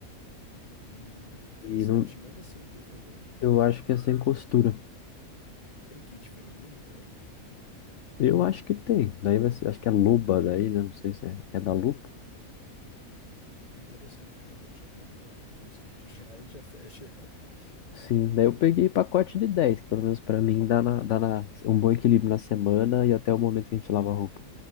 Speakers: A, on the left (about 25°); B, on the left (about 60°).
A: Hum, interessante.
B: E não,
A: Manda sim, por favor.
B: eu acho que é sem costura.
A: Tem kit feminino também?
B: Eu acho que tem. Daí vai ser, acho que é Luba daí, né? Não sei se é, é da Lupa.
A: Interessante, porque daí já compra dois <laughs> kits já e já fecha. <laughs>
B: Sim, daí eu peguei pacote de dez. que pelo menos pra mim dá, na, dá na, um bom equilíbrio na semana e até o momento que a gente lava a roupa.